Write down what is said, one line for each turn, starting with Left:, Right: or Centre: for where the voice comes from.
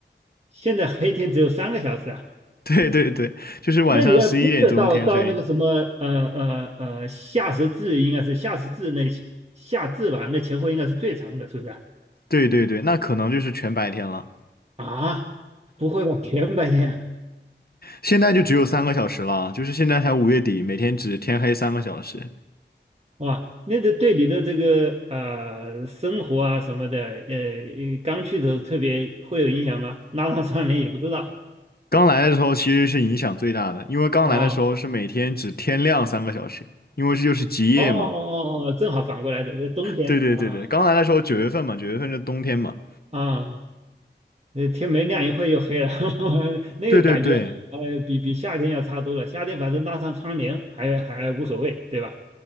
Right: 现在黑天只有三个小时啊。
Left: <laughs> 对对对，就是晚上十一点钟天黑，
Right: 那你要真的到到那个什么呃呃呃夏时至，应该是夏时至那前夏至吧？那前后应该是最长的，是不是啊？
Left: 对对对，那可能就是全白天了，
Right: 啊，不会吧？全白天
Left: 现在就只有三个小时了，就是现在才五月底，每天只天黑三个小时，
Right: 哇？那个对你的这个呃生活啊什么的，呃，刚去的时候特别会有影响吗？拉上窗帘也不知道
Left: 刚来的时候其实是影响最大的，因为刚来的时候是每天只天亮三个小时，
Right: 啊。
Left: 因为这就是极夜嘛。
Right: 哦哦哦哦，正好反过来的，冬天啊啊
Left: 对对对对，刚来的时候九月份嘛，九月份是冬天嘛。
Right: 啊，啊呃，天没亮一会儿又黑了，<laughs> 那个感觉，
Left: 对对对，
Right: 呃，比比夏天要差多了。夏天反正拉上窗帘还还无所谓，对吧？